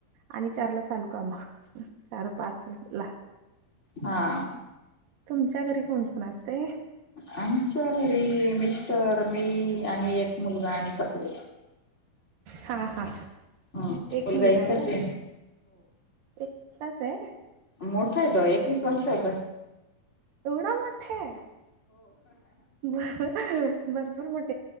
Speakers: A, on the right (about 75°); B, on the left (about 20°).
A: आणि चार ला चालू काम चार पाच ला
B: हा
A: तुमच्या घरी कोणकोण असतय
B: आमच्या घरी मिस्टर मी आणि एक मुलगा आणि सासुबई.
A: हां हां
B: ह
A: एक मुलगा
B: एकच
A: हाय व्हय
B: आहे
A: एकटाच हाय.
B: मोठाय तो एकवीस वर्षाचाये.
A: एवडा मोठाये भर भरपूर मोठा